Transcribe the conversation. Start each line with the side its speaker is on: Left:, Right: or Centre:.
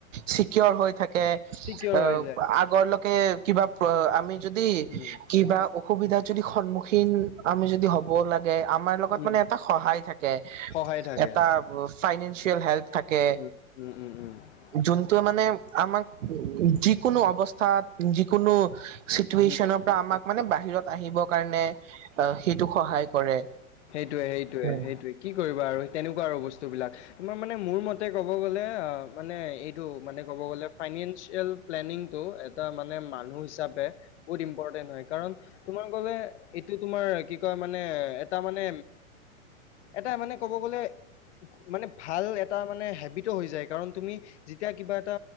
Right: চিকিয়ৰ হৈ থাক কে
Left: চিকিয়ৰ
Right: অ
Left: হৈ যায়
Right: আগৰ লৈকে কিবা অ আমি যদি
Left: উম
Right: কিবা অসুবিধা যদি সন্মুখীন আমি যদি হ'ব লাগ গে আমাৰ লগত
Left: উম
Right: মানে এটা সহায় থাকে
Left: সহায় থাকে
Right: এটা ফাইনেঞ্চিয়েল হেল্প থাকে।
Left: উম উম উম উম
Right: যোনটোৱে মানে আমাক যিকোনো অৱস্থাত যিকোনো চিটুৱেশচনৰ
Left: উম
Right: পৰা আমাক মানে বাহিৰত আহিবৰ কাৰণে অঁ সেইটোক সহায় কৰে।
Left: টোৱে সেইটোৱে
Right: উম,
Left: সেইটোৱে, কি কৰিব আৰু তেনেকুৱা আৰু বস্তু বিলাক, তোমাৰ মানে মোৰ মতে ক'ব গলে মানে এইটো মানে ক'ব গলে ফাইনেনচিয়েল প্লেনিংটো এটা মানে মানুহ হিচাপে বহুত ইম্পৰ্টেন্ট হয়, কাৰণ তোমাৰ <unintelligible> এইটো তোমাৰ কি কয় মানে এটা মানে এটা মানে ক'ব গ'লে মানে ভাল এটা মানে হেবিতো হৈ যায় কাৰণ তুমি যেতিয়া কিবা এটা